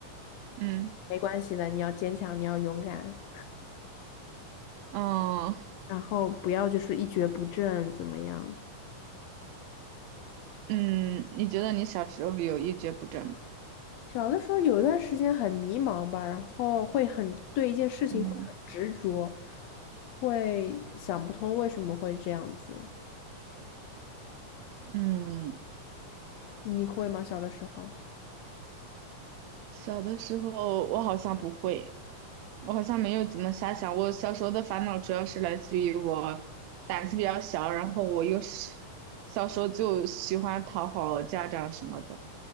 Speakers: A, on the right; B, on the left.
A: 嗯
B: 没关系的，你要坚强，你要勇敢，
A: 嗯
B: 然后不要就是一蹶不振，怎么样？
A: 嗯，你觉得你小时候有一蹶不振吗？
B: 小的时候有一段时间很迷茫吧，然后会很对一件事情会很执着，
A: 嗯
B: 会想不通为什么会这样子，
A: 嗯，
B: 你会吗？小的时候？
A: 小的时候我好像不会。我好像没有怎么瞎想。我小时候的烦恼主要是来自于我胆子比较小，然后我又是小时候就喜欢讨好家长什么的，